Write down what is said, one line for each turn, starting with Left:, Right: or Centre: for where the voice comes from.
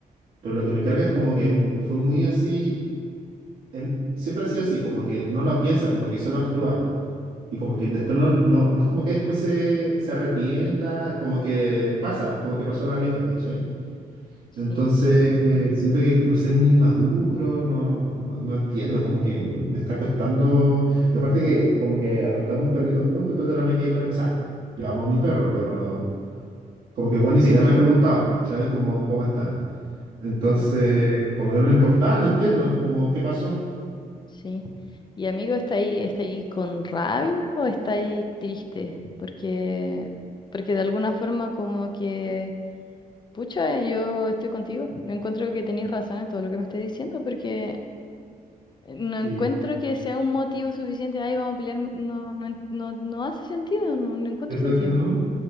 Right: pero lo que me carga es como que m- fue muy así, em, siempre ha sido
Left: mm.
Right: así, como que no lo piensa, como que solo actúa. Y como que después no, no, no es como que después se, se arrepienta, como que pasa, como que pasó la vieja, ¿cachai?
Left: Sí,
Right: Entonces,
Left: sí.
Right: eh, siento que no sé, muy maduro, no, no, no entiendo, como que me está costando. Y aparte que como que adoptamos un perrito juntos, entonces ahora me quedé con él. O sea, yo amo a mi perro, pero como que Juan ni siquiera
Left: Sí,
Right: me ha
Left: po.
Right: preguntado, ¿cachai? cómo ¿cómo está? Entonces,
Left: Sí,
Right: como que no le importaba, no entiendo, como qué pasó.
Left: sí. Y amigo, ¿está ahí, está ahí con rabia o está ahí triste? Porque, porque de alguna forma como que, pucha, yo estoy contigo. me encuentro que tenéis razón en todo lo que me estés diciendo, porque No
Right: Sí,
Left: encuentro que sea un motivo suficiente, ay, vamos a pelear, mu- no, no, en- no, no hace sentido, no, no encuentro
Right: yo creo
Left: sentido.
Right: que no.